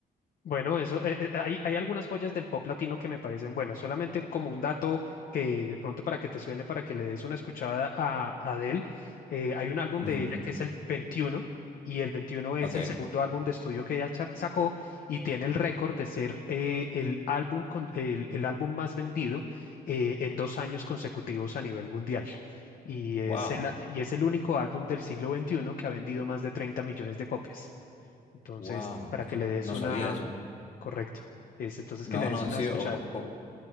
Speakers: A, on the left; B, on the left.
A: Bueno, eso, eh, eh, hay, hay algunas joyas del pop latino que me parecen buenas. Solamente como un dato que de pronto para que te suene, para que le des una escuchada a a Adele, eh, hay un álbum
B: <laughs>
A: de
B: Ujú.
A: ella que es el 21 y el 21 es
B: Ok.
A: el segundo álbum de estudio que ella cha- sacó y tiene el récord de ser eh, el álbum con- el, el álbum más vendido eh, en dos años consecutivos a nivel mundial. Y es
B: Wow.
A: el, y es el único álbum del siglo XXI que ha vendido más de 30 millones de copias. Entonces,
B: Wow,
A: para
B: qué-
A: que le des
B: no
A: una
B: sabía eso.
A: Correcto. Es entonces
B: No,
A: que le des
B: no,
A: una
B: sí,
A: escuchada.
B: o- o- o-